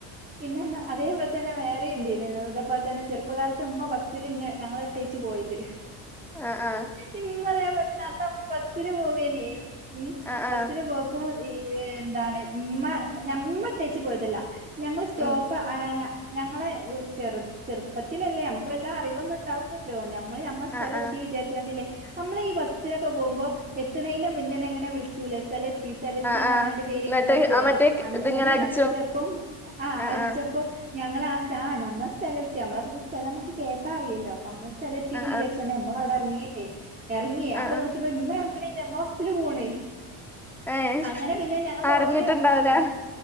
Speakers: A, on the right; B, in the centre.
A: പിന്നെ ഹ് അതേ പോൽതന്നെ വേറേ ഇണ്ട് ഇതേ പോൽതന്നെ ചെറുപ്പകാലത്ത് മ്മ ബസ്സല് ന്നെ ഞങ്ങളെ ഇട്ടേച്ച് പോയിട്ട്
B: ആ ആ
A: ഇന്നലെയും <unintelligible> <unintelligible> ബസില് പോവേനി ഉം
B: ആ
A: ബസ്സില്
B: ആ
A: പോപ്പോയ് ഈ എന്താണ് മ്മ ഞമ്മ ട്ടേച്ച് പോയതല്ല ഞങ്ങള് സ്റ്റോപ്പ്
B: ഉം
A: അയിനാ - ഞങ്ങള് ചെറ് ചെറുപ്പത്തിലല്ലേ നമ്മക്ക് വല്ല അറിവൊന്നും ഉണ്ടാവില്ലല്ലോ നമ്മള് ഞമ്മ സ്ഥലം
B: ആ ആ
A: എത്തി വിചാരിച്ചാണ്ടില്ലേ നമ്മളീ ബസ്സിലൊക്കെ പോമ്പോ എത്തണേയിന്റെ മുന്നെന്നെ ഇങ്ങനെ വിളിച്ചൂല സ്ഥലെ ത്തി സ്ഥലെത്തിന്ന്
B: ആ ആ
A: പറഞ്ഞാണ്ട് പേര്
B: എന്നിട്ട്
A: ഇങ്ങനെ വിളിക്കീല്ലേ
B: ആ മറ്റേ
A: അങ്ങനെ
B: ഇതിങ്ങനെ അടിച്ചു
A: വിളിച്ചപ്പം ആഹ്
B: ആ
A: അടിച്ചപ്പം
B: ആ
A: ഞങ്ങളെ ആ ആഹ് ഞമ്മളെ സ്ഥലെത്തി ഞമ്മക്ക് സ്ഥലം കേട്ടാ അറിയല്ലോ പ്പമ്മ സ്ഥല എത്തീന്ന്
B: ആ
A: വിചാരിച്ചാണ്ട്
B: ആ
A: ഞമ്മളവിടെ എറങ്ങി ഇന്നേ എറങ്ങി.
B: ആ
A: അപ്പം നോക്കിയപ്പം ഇമ്മ എറ മ്മല്ല മ്മസ്സില് പോണ്
B: ആ ഏ
A: അങ്ങനെ പിന്നെ ഞങ്ങൾ
B: അറിഞ്ഞിട്ടുണ്ടാവൂല
A: നൊളോളിയൊടങ്ങി. അങ്ങനെ